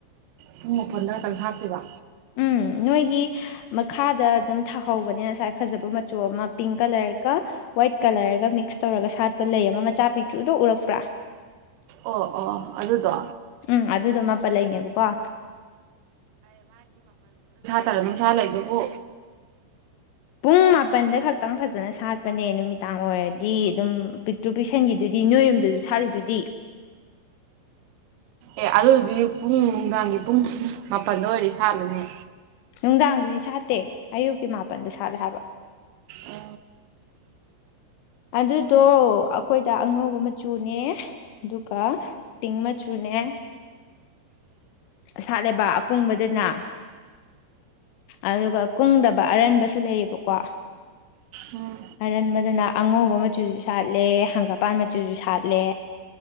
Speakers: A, on the right; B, on the left.
A: ꯄꯨꯡ ꯃꯥꯄꯟꯗ ꯈꯛꯇꯪ ꯁꯥꯠꯇꯨꯏꯕ
B: ꯎꯝ ꯅꯣꯏꯒꯤ ꯃꯈꯥꯗ ꯑꯗꯨꯝ ꯊꯥꯍꯧꯕꯅꯤ ꯉꯁꯥꯏ ꯐꯖꯕ ꯃꯆꯨ ꯑꯃ ꯄꯤꯡ ꯀꯂꯔꯒ ꯋꯥꯏꯠ ꯀꯂꯔꯒ ꯃꯤꯛꯁ ꯇꯧꯔꯒ ꯁꯥꯠꯄ ꯂꯩ ꯑꯃ ꯃꯆꯥ ꯄꯤꯛꯇ꯭ꯔꯨꯗꯣ ꯎꯔꯛꯄ꯭ꯔꯥ
A: ꯑꯣ ꯑꯣ ꯑꯗꯨꯗꯣ
B: ꯎꯝ ꯑꯗꯨꯗꯣ ꯃꯥꯄ ꯂꯩꯅꯦꯕꯀꯣ
A: ꯈꯔ ꯅꯨꯡꯁꯥ ꯂꯩꯗꯨꯕꯨ
B: ꯄꯨꯡ ꯃꯥꯄꯜꯗ ꯈꯛꯇꯪ ꯐꯖꯟꯅ ꯁꯥꯠꯄꯅꯦ ꯅꯨꯃꯤꯗꯥꯡ ꯑꯣꯏꯔꯗꯤ ꯑꯗꯨꯝ ꯄꯤꯛꯇ꯭ꯔꯨ ꯄꯤꯛꯁꯟꯈꯤꯗꯨꯗꯤ ꯅꯣꯏ ꯌꯨꯝꯗꯁꯨ ꯁꯥꯠꯂꯤꯗꯨꯗꯤ
A: ꯑꯦ ꯑꯂꯨꯗꯤ ꯄꯨꯡ ꯅꯨꯡꯗꯥꯡꯒꯤ ꯄꯨꯡ ꯃꯥꯄꯜꯗ ꯑꯣꯏꯗꯤ ꯁꯥꯕꯅꯦ
B: ꯅꯨꯡꯗꯥꯡꯗꯨꯗꯤ ꯁꯥꯠꯇꯦ ꯑꯌꯨꯛꯀꯤ ꯃꯥꯄꯜꯗ ꯁꯥꯠꯂꯦ ꯍꯥꯏꯕ
A: ꯑ
B: ꯑꯗꯨꯗꯣ ꯑꯩꯈꯣꯏꯗ ꯑꯉꯧꯕ ꯃꯆꯨꯅꯦ ꯑꯗꯨꯒ ꯄꯤꯡ ꯃꯆꯨꯅꯦ ꯁꯥꯠꯂꯦꯕ ꯑꯀꯨꯡꯕꯗꯅ ꯑꯗꯨꯒ ꯀꯨꯡꯗꯕ ꯑꯔꯟꯕꯁꯨ ꯂꯩꯌꯦꯕꯀꯣ
A: ꯎꯝ
B: ꯑꯔꯟꯕꯗꯅ ꯑꯉꯧꯕ ꯃꯆꯨꯁꯨ ꯁꯥꯠꯂꯦ ꯍꯪꯒꯠꯄꯥꯟ ꯃꯆꯨꯁꯨ ꯁꯥꯠꯂꯦ